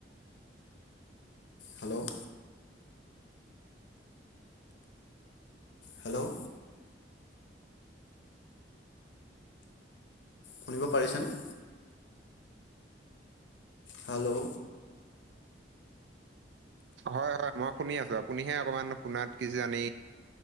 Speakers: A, on the left (about 80°); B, on the right (about 70°).
A: হেল্ল' হেল্ল' শুনিব পাৰিছানে? হেল্ল'ঊ
B: হয় হয় মই শুনি আছো, আপুনিহে অকমান শুনাত কিজানি